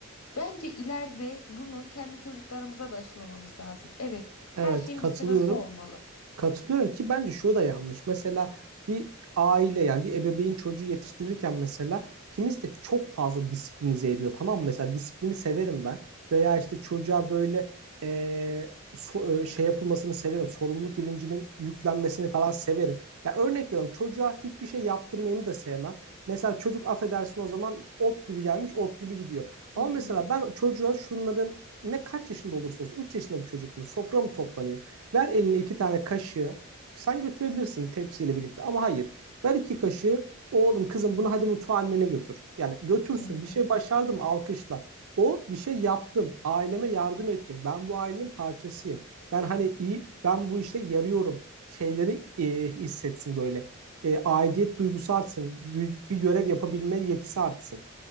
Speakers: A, on the left; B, on the right.
A: bence ileride bunu kendi çocuklarımıza da aşılamamız lazım. Evet,
B: Evet,
A: her şeyin
B: katılıyorum.
A: bir sırası olmalı.
B: Katılıyorum ki bence şu da yanlış. Mesela bir aile yani bir ebeveyn çocuğu yetiştirirken mesela kimisi de çok fazla disiplinize ediyor. Tamam mı? Mesela disiplini severim ben. Veya işte çocuğa böyle e, so- e, şey yapılmasını severim. Sorumluluk bilincinin yüklenmesini falan severim. Ya örnek veriyorum çocuğa hiçbir şey yaptırmayını da sevmem. Mesela çocuk affedersin o zaman ot gibi gelmiş ot gibi gidiyor. Ama
A: Hı
B: mesela
A: hı,
B: ben çocuğa şunların ne kaç yaşında olursa olsun 3 yaşında bir çocuk mu sofra mı toplanıyor? Ver eline iki tane kaşığı. Sen götürebilirsin tepsiyle birlikte ama hayır. Ver iki kaşığı. Oğlum kızım bunu hadi mutfağa annene götür. Yani götürsün
A: hı
B: bir
A: hı.
B: şey başardım alkışla. O bir şey yaptım. Aileme yardım ettim. Ben bu ailenin parçasıyım. Ben hani iyi ben bu işe yarıyorum. Şeyleri e, hissetsin böyle. E, aidiyet duygusu artsın. Gü- Bir görev yapabilme yetisi artsın.